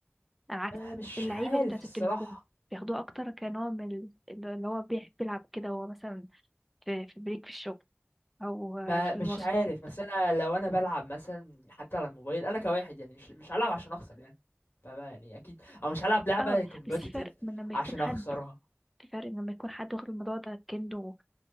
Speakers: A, in the centre; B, on the left (about 60°).
A: على عكس
B: آه مش
A: اللعيبة
B: عارف
A: اللي بتاعت
B: الصراحة
A: التليفون بياخدوها اكتر كنوع من ال- اللي هو بيحب يلعب كده هو مثلا في في بريك في الشغل او آه،
B: ما
A: في
B: مش
A: المواصلات
B: عارف بس انا لو انا بلعب مثلا حتى على الموبايل انا كواحد يعني مش مش هلعب عشان اخسر يعني فما يعني اكيد او مش هلعب لعبه
A: اه
B: كومبتيتيف
A: بس في فرق من لما
B: عشان
A: يكون حد
B: اخسرها
A: في فرق من لما يكون حد واخد الموضوع ده كأنه